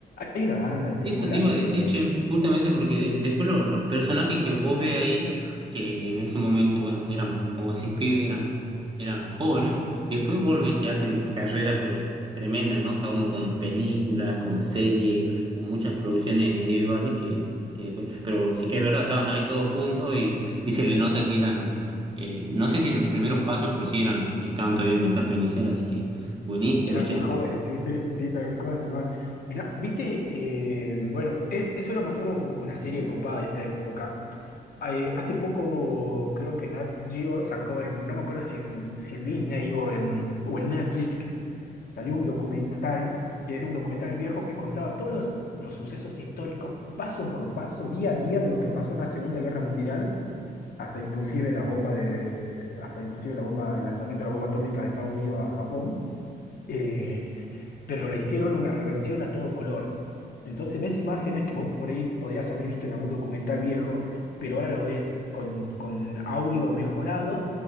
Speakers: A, on the left; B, on the right.
A: Hay una banda de películas
B: Eso te iba a decir,
A: y de...
B: che, justamente porque
A: Sí,
B: después lo- los personajes que vos ves ahí, que en ese momento, bueno, eran, como decís, pibes, eran, eran jóvenes, después vos ves que hacen carreras, pero tremendas, ¿no? Cada uno con películas, con series, con muchas producciones individuales que, que después, pero sí, es verdad, estaban ahí todos juntos y, y se le nota que eran, eh, no sé si los primeros pasos, pero sí eran, estaban todavía en la etapa inicial, así que buenísimo,
A: eran
B: che.
A: muy jóvenes, sí, sí, sí, tal cual, tal cual. Mirá, viste, eh, bueno, e- eso era más o menos u- una serie copada de esa época. Eh, hace poco creo que Nat Geo sacó en, no me acuerdo si en, si en Disney o en, o en Netflix, salió un documental, que era un documental viejo que contaba todos los, los sucesos históricos, paso por paso, día a día, de lo que pasó en la Segunda Guerra Mundial hasta inclusive la bomba de, hasta inclusive la bomba, el lanzamiento de la bomba atómica de Estados Unidos a Japón, eh, pero la hicieron una reversión a todo color. Entonces ves imágenes que vos por ahí podías haber visto en algún documental viejo, pero ahora lo ves con, con audio mejorado